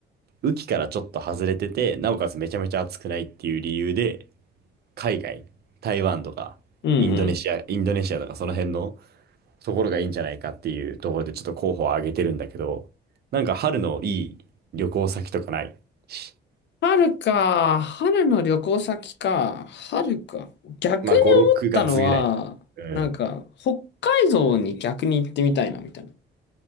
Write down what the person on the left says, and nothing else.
うんうん。
春か。春の旅行先か。春か。逆に思ったのは、
なんか、北海道に逆に行ってみたいな、みたいな。